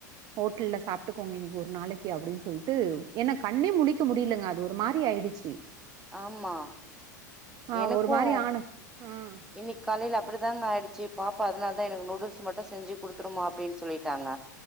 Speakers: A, on the right; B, in the centre.
A: ஹோட்டல சாப்ட்டுக்கோங்க இன்னைக்கு ஒரு நாளைக்கு அப்டினு சொல்ட்டு ஏன்னா கண்ணே முழிக்க முடிலங்க அது ஒரு மாரி ஆயிடுச்சு
B: ஆமா
A: ஆ
B: எனக்கும்
A: ஒரு மாரி ஆனு ம்
B: இன்னைக்கு காலில அப்டிதாங்க ஆயிட் ச்சு பாப்பா அதனாலதா எனக்கு நூடுல்ஸ் மட்டு செஞ்சு கொடுத்துருமா அப்டின் சொல்லிட்டாங்க